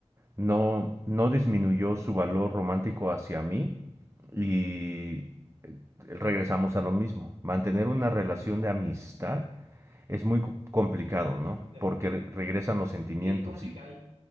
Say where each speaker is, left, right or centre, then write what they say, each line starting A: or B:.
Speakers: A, on the right; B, on the right.
A: No, no disminuyó su valor romántico hacia mí y regresamos a lo mismo. Mantener una relación de amistad es muy co- complicado, ¿no?
B: de-
A: Porque re- regresan los sentimientos.
B: sí es complicado.
A: Sí,